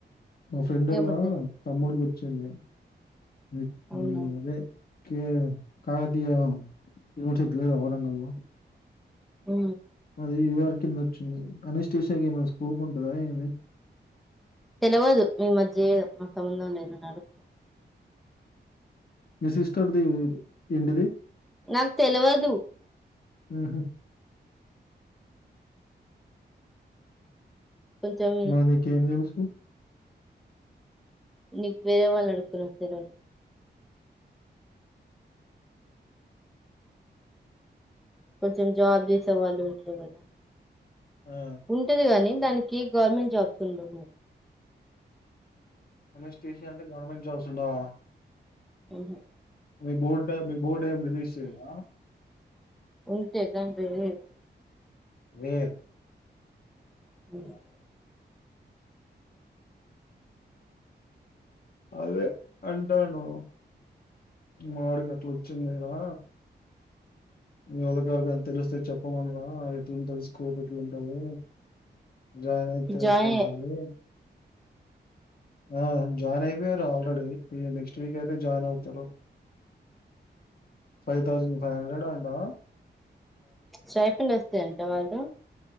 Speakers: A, on the left; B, in the centre.
A: మా ఫ్రెండ్ ఓల్లా
B: ఏమో తెలవదు
A: తమ్ముడు కు చ్చమే ఐ ఏ
B: అవునా
A: ఏ అదే కే కాకతీయ యూనివర్సిటీ లేదా వరంగల్ ఆ
B: ఊ
A: అది ఇ వారి కింద వచ్చింది కనిస్టేయాకి ఏమైనా స్కోప్ ఉంటందా ఏమీ
B: తెలువదు మీ మధ్య ఏ మా సంబంధం లే ఏద నడు
A: మీ సిస్టర్ది ఏంటిది
B: నాకు తెలువదు
A: ఉహు
B: కొంచెం
A: మరి నీకెము తెల్సు
B: నీకు వేరే వాళ్ళ అడుగుతారు అని తెలువదా కొంచెం జాబ్ చేసే వాళ్ళు ఉంటారు కదా
A: ఆ!
B: ఉంటది గాని దానికి గవర్నమెంట్ జాబ్స్ ఉండు మరి
A: అనే స్టేషన్ అంటే గవర్నమెంట్ జాబ్స్ ఉండావ
B: ఆహ
A: మీ బోర్డ్ మీ బోర్డు ఏం రిలీజ్ చేయదా
B: ఉంటే తండ్రి లెడ్
A: నీర్
B: <inaudible>
A: అదే అంటాను మా ఆవిడికి అట్లా వచ్చింది రా మీ వాళ్ళకి ఏవరికి అయిన తెలిస్తే చెప్పమనరా ఎట్లుంటది స్కోప్ ఎట్లుంటది జాయిన్ అయితే
B: జాయిన్
A: ఎట్లుంటది ఆ జాయిన్ అయిపోయారు ఆల్రెడీ ఈ నెక్ట్స్ వీక్ అయితే జాయిన్ అవుతారు ఫైవ్ థౌజండ్ ఫైవ్ హండ్రెడ్ అంటావ
B: స్టైఫిన్ ఒస్తాయి అంట వాళ్లు